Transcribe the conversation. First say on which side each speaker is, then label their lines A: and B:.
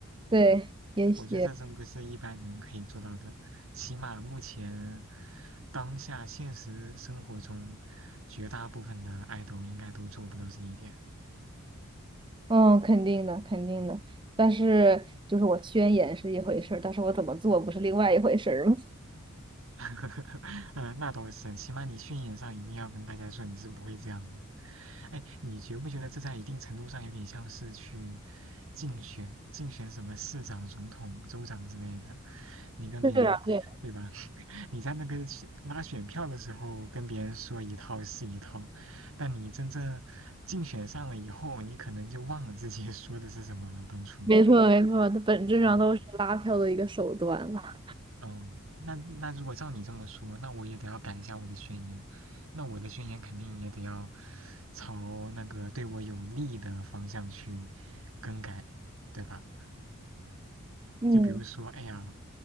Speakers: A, on the right; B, on the right.
A: 对，也许，
B: 我觉得这真不是一般人可以做到的，起码目前当下现实生活中，绝大部分的爱豆应该都做不到这一点。
A: 嗯，肯定的，肯定的。但是，就是我宣言是一回事儿，但是我怎么做不是另外一回事儿吗？
B: <laughs> 嗯那倒是，起码你训练上一定要跟大家说你是不会这样的。哎，你觉不觉得这在一定程度上有点像是去竞选、竞选什么市长、总统、州长之类的？你跟别人，
A: <laughs> 对啊，对啊
B: 对吧？<laughs> 你在那个选拉选票的时候跟别人说一套是一套，但你真正竞选上了以后，你可能就忘了自己说的是什么了，当初。
A: 没错没错，它本质上都是拉票的一个手段了。
B: 嗯嗯，那那如果照你这么说，那我也得要改一下我的宣言，那我的宣言肯定也得要朝那个对我有利的方向去更改，对吧？
A: 嗯，
B: 就比如说，哎呀，